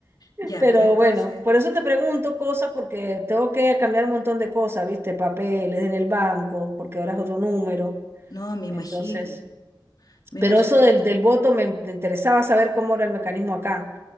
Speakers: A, on the left; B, on the right.
A: Ya,
B: Pero
A: pero entonces,
B: bueno, por eso te pregunto cosas, porque tengo que cambiar un montón de cosas, ¿viste? Papeles en el banco, porque ahora es otro número.
A: no, me imagino,
B: Entonces,
A: me
B: pero
A: imagino.
B: eso del, del voto me in- me interesaba saber cómo era el mecanismo acá,